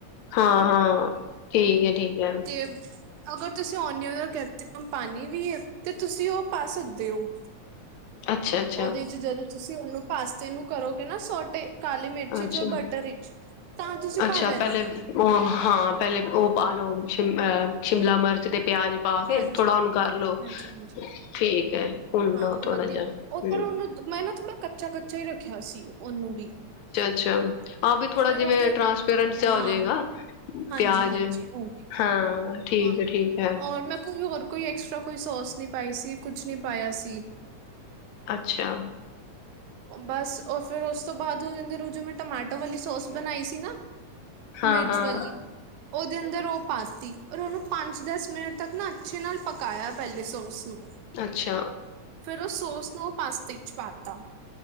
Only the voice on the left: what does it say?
ਹਾਂ-ਹਾਂ ਠੀਕ ਹੈ ਠੀਕ, ਹੈ
ਅੱਛਾ ਅੱਛਾ
ਅੱਛਾ
ਅੱਛਾ
ਪਹਿਲੇ ਉਹ ਹਾਂ ਪਹਿਲੇ ਉਹ ਪਾ ਲਓ ਸ਼ਿਮ ਅਹ ਸ਼ਿਮਲਾ ਮਿਰਚ ਦੇ ਪਿਆਜ ਪਾ ਕੇ
ਥੋੜਾ ਉਹਨੂੰ ਕਰਲੋ
ਠੀਕ ਹੈ ਭੁੰਨ
ਲੋ ਥੋੜ੍ਹਾ
ਜਿਹਾ ਹੂੰ,
ਅੱਛਾ, ਆਹ ਵੀ ਥੋੜਾ
ਜਿਵੇਂ
ਟ੍ਰਾਂਸਪੇਰੈਂਟ ਜਿਹਾ ਹੋ
ਜਾਵੇਗਾ
ਪਿਆਜ
ਹਾਂ ਠੀਕ
ਹੈ ਠੀਕ ਹੈ।
ਅੱਛਾ,
ਹਾਂ-ਹਾਂ
ਅੱਛਾ।